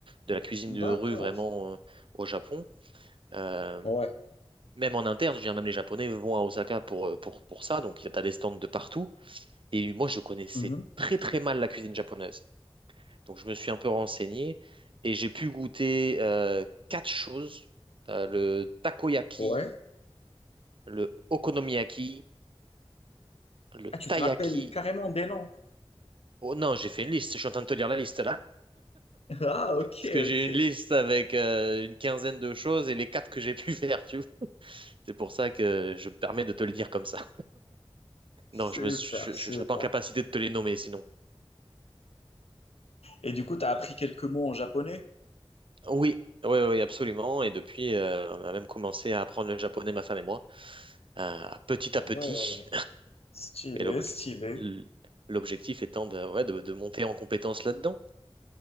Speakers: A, on the right; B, on the left.
A: de la cuisine
B: D'accord.
A: de rue vraiment euh, au Japon. Euh,
B: Ouais.
A: même en interne, je veux dire, même les Japonais vont à Osaka pour, euh, pour, pour ça, donc tu as des stands de partout. Et moi je connaissais
B: Mhm.
A: très très mal la cuisine japonaise. Donc je me suis un peu renseigné et j'ai pu goûter euh, quatre choses. Euh, le takoyaki,
B: Ouais.
A: le okonomiyaki, le
B: Ah, tu
A: taiyaki.
B: te rappelles carrément des noms.
A: Oh non, j'ai fait une liste, je suis en train de te lire la liste là.
B: <laughs> Ah, ok,
A: Parce que j'ai
B: ok.
A: une liste avec euh, une quinzaine de choses et les quatre que j'ai pu <laughs> faire, tu vois. C'est pour ça que je me permets de te le dire comme ça. Non,
B: Super,
A: je me, suis- je,
B: super.
A: ne serais pas en capacité de te les nommer sinon.
B: Et du coup, tu as appris quelques mots en japonais?
A: Oui, oui, oui, absolument. Et depuis, euh, on a même commencé à apprendre le japonais, ma femme et moi, euh, petit
B: Ah
A: à petit.
B: ouais, stylé,
A: Et l'ob-
B: stylé.
A: l- l'objectif étant de, ouais, de, de monter en compétence là-dedans.